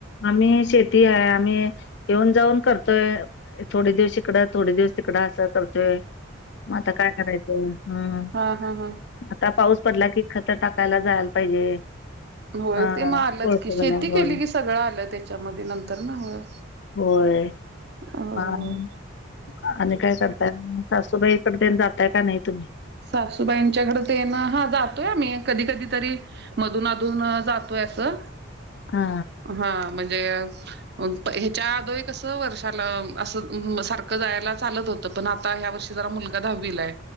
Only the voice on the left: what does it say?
आम्ही शेती आहे, आम्ही येऊन जाऊन करतोय थोडे दिवस इकडं, थोडे दिवस तिकडं, असं करतोय. मता काय करायच? हम्
<inaudible> ता पाऊस पडला की, खत टाकायला जायला पाहिजे.
हा
कोळपला
होय
होय.
आणि, आणि काय करताय सासूबाई? <unintelligible> जाताय का नाही तुम्ही?
हा